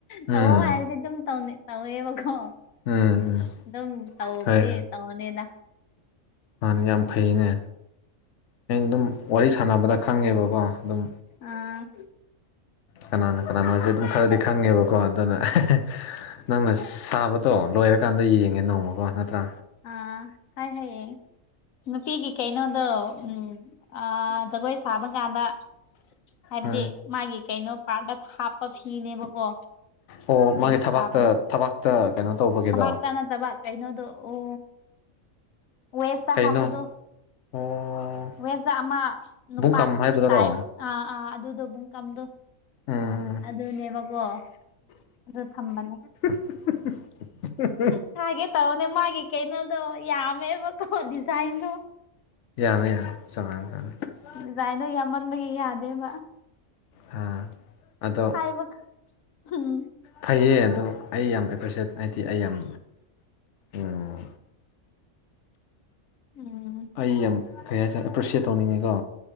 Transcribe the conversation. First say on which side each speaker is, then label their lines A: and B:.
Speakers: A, on the left; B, on the left.
A: ꯎꯝ
B: ꯇꯧꯋꫭ ꯍꯥꯏꯔꯗꯤ ꯑꯗꯨꯝ <unintelligible> ꯇꯧꯋꯦꯕꯀꯣ
A: ꯎꯝ ꯎꯝ
B: ꯑꯗꯨꯝ ꯇꯧꯕꯗꯤ
A: ꯍꯣꯏ
B: ꯇꯧꯅꯤꯗ
A: ꯃꯥꯅꯦ ꯌꯥꯝ ꯐꯩꯅꯦ ꯑꯩꯅ ꯑꯗꯨꯝ ꯋꯥꯔꯤ ꯁꯥꯟꯅꯕꯗ ꯈꯪꯉꯦꯕꯀꯣ ꯑꯗꯨꯝ
B: ꯑꯥ
A: ꯀꯅꯥꯅ ꯀꯅꯥꯅꯣ ꯍꯥꯏꯖꯦ ꯑꯗꯨꯝ ꯈꯔꯗꯤ ꯈꯪꯉꯦꯕꯀꯣ ꯑꯗꯨꯅ <unintelligible> ꯅꯪꯅ ꯁꯥꯕ ꯇꯣ ꯂꯣꯏꯔꯀꯥꯟꯗ ꯌꯦꯡꯉꯦ ꯅꯣꯡꯃꯀꯣ ꯅꯠꯇ꯭ꯔ
B: ꯑ ꯍꫭꯏ ꯍꫭꯏ <unintelligible> ꯅꯨꯄꯤꯒꯤ ꯀꯩꯅꯣꯗꯣ ꯎꯝ ꯑꯥ ꯖꯒꯣꯏ ꯁꯥꯕ ꯀꯥꯟꯗ ꯍꯥꯏꯞꯗꯤ
A: ꯎꯝ
B: ꯃꯥꯒꯤ ꯀꯩꯅꯣ ꯄꯥꯔꯗ ꯊꯥꯞꯄ ꯐꯤꯅꯦꯕ ꯀꯣ
A: ꯑꯣ
B: ꯑꯗꯨꯗ
A: ꯃꯥꯒꯤ ꯊꯕꯥꯛꯇ
B: ꯁꯥꯕꯅꯦ
A: ꯊꯕꯥꯛꯇ ꯀꯩꯅꯣ ꯇꯧꯕꯒꯤꯗꯣ
B: ꯊꯕꯥꯛꯇ ꯅꯠꯇꯕꯥꯛ ꯀꯩꯅꯣꯗꯣ ꯑꯣ ꯋꯦꯁꯇ
A: ꯀꯩꯅꯣ
B: ꯍꯥꯞꯄꯗꫭ
A: ꯑꯣ
B: ꯋꯦꯁꯇ ꯑꯃ ꯅꯨꯄꯥꯠꯀꯤ
A: ꯕꯨꯡꯀꯝ ꯍꯥꯏꯕꯗꯨꯔꯣ
B: ꯇꯥꯏꯞ ꯑꯥ ꯑꯥ ꯑꯗꯨꯗꯣ <unintelligible>
A: ꯎꯝ ꯎꯝ
B: ꯑꯗꯨꯅꯦꯕꯀꯣ ꯑꯗꯨ ꯊꯝꯕꯅꯦ
A: <unintelligible>
B: ꯁꯥꯒꯦ ꯇꯧꯕꯅꯦ ꯃꯥꯒꯤ ꯀꯩꯅꯣꯗꯣ ꯌꯥꯝꯃꯦꯕ ꯀꯣ ꯗꯤꯖꯥꯏꯟꯗꯣ
A: ꯌꯥꯃꯦ <unintelligible>
B: ꯅꯗꯥꯥꯏꯗꯣ ꯌꯥꯝꯃꯟꯕꯒꯤ ꯌꯥꯗꯦꯕ
A: ꯍꯥꯥ ꯑꯗꯣ
B: ꯍꯥꯏꯕ ꯎꯝ
A: ꯐꯩꯌꯦ ꯑꯗꯣ ꯑꯩ ꯌꯥꯝ ꯑꯦꯄ꯭ꯔꯤꯁꯦꯠ ꯍꯥꯏꯗꯤ ꯑꯩ ꯌꯥꯝ ꯎꯝ
B: ꯎꯝ
A: ꯑꯩ ꯌꯥꯝ ꯀꯩ ꯍꯥꯏꯇꯥꯔꯦ ꯑꯦꯄ꯭ꯔꯤꯁꯌꯦꯠ ꯇꯧꯅꯤꯡꯉꯤꯀꯣ